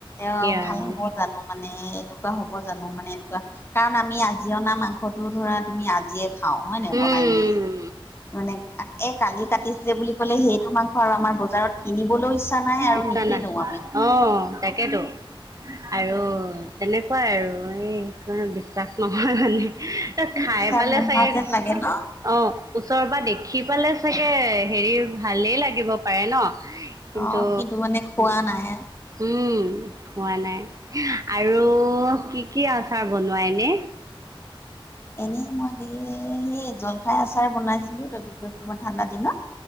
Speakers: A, on the left (about 25°); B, on the right (about 40°).
A: এ
B: কি আৰু
A: ভাল হব জানো মানে এনেকুৱা হব জানো মানে এনেকুৱা কাৰণ আমি আজি অনা মা মাংসটো ধৰা তুমি আজিয়ে খাওঁ হয় ন
B: উম
A: বনাই মেলি মানে এ কালি কাটিছিলে বুলি ক'লে সেইটো মাংস আৰু আমাৰ বজাৰত কিনিবলৈও ইচ্ছা নাই আৰু
B: ইচ্ছা
A: নিকিনো
B: নাই
A: আমি।
B: অ তাকেতো আৰু তেনেকুৱাই আৰু এই একণে বিশ্বাস নহয় মানে। খাই
A: বিশ্বাস
B: পালে
A: নোহোৱা
B: চাগে
A: যেন লাগে ন?
B: অ ওচৰৰ পৰা দেখি পালে চাগে হেৰি ভালেই লাগিব পাৰে ন? কিন্তু
A: অ' মানে খোৱা নাই।
B: উম। খোৱা নাই, আৰু কি কি আচাৰ বনোৱাই এনে?
A: এনে মই দে সেই জলফাই আচাৰ বনাইছিলো তাৰপিছত তোমাৰ ঠাণ্ডা দিনত।